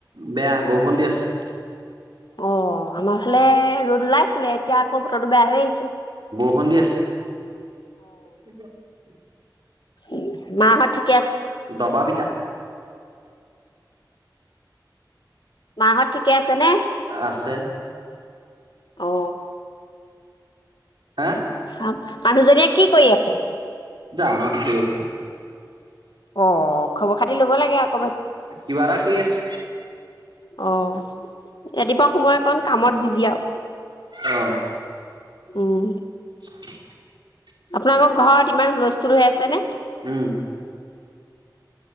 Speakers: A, on the right; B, on the left.
A: বেয়া বৰষুণ দি আছে
B: অ আমাৰ ভা লে ৰ'দ ওলাইছিলে এতিয়া আকৌ বতৰটো বেয়া হৈ আহিছে
A: বৰষুণ দি আছে উ
B: উ হেৰী মাহঁত ঠিক
A: দবাপিতা <inaudible>
B: মাহঁত ঠিকে আছে নে
A: আছে
B: অঁ
A: হা
B: আপ মানুহজনীয়ে কি কৰি আছে
A: জানো কি কৰি আছে
B: অ খবৰ খাতি ল'ব লাগে আক
A: কিবা এটা কৰি আছে।
B: অঁ ৰাতিপুৱা সময়কণ কামত বিজি আৰু।
A: অঁ।
B: উম।
A: <inaudible>
B: আপোনালোকৰ ঘৰত ইমান হুলস্থুল হৈ আছে নে?
A: উম।